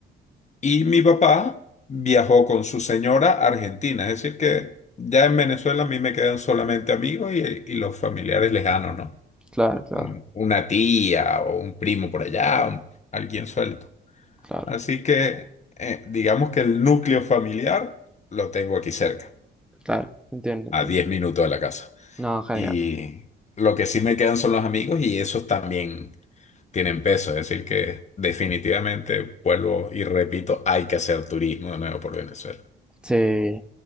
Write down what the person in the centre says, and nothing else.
claro, claro,
claro,
claro, entiendo,
entiendo.
No, genial.
Sí.